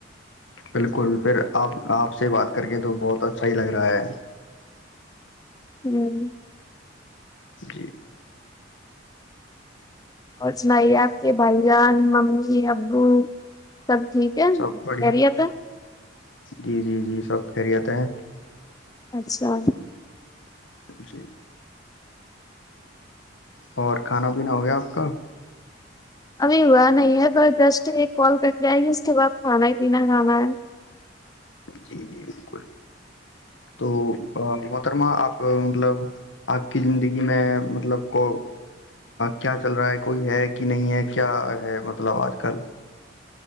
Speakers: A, on the left; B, on the left.
A: بالکل پھر آپ آپ سے بات کر کے تو بہت اچھا ہی لگ رہا ہے
B: ھمم
A: جی
B: اور سنائیے آپ کے بھائی جان ممی ابو سب ٹھیک ہے
A: سب بڑھیا
B: ارییاپ <unintelligible>
A: جی جی جی سب خیریت ہے
B: اچھا
A: جی اور کھانا پینا ہو گیا آپ کا
B: ابھی ہوا نہیں ہے تو جسٹ ایک کال کرٹ جائے گی اس کے بعد کھانا ہی پینا کھانا ہے
A: جی جی بالکل تو محترما آپ مطلب آپ کی زندگی میں مطلب کو کیا چل رہا ہے کوئی ہے کہ نہیں ہے کیا ہے مطلب آج کل